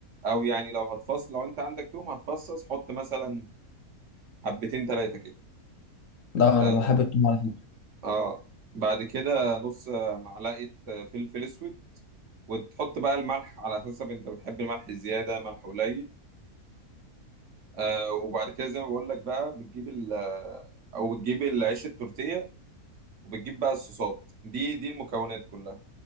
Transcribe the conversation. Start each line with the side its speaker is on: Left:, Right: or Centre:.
Right: أو يعني لو هتفصل لو أنت عندك توم هتفصص حط مثلا حبتين تلاتة كده
Left: لا
Right: آه،
Left: انا بحب التوم على فكرة
Right: اه بعد كده نص معلقة فلفل اسود وتحط بقى الملح على حسب انت بتحب الملح زيادة ملح قليل آه وبعد كده زي ما بقول لك بقى بتجيب ال آه، او بتجيب العيش التورتيه وبتجيب بقى الصوصات دي دي المكونات كلها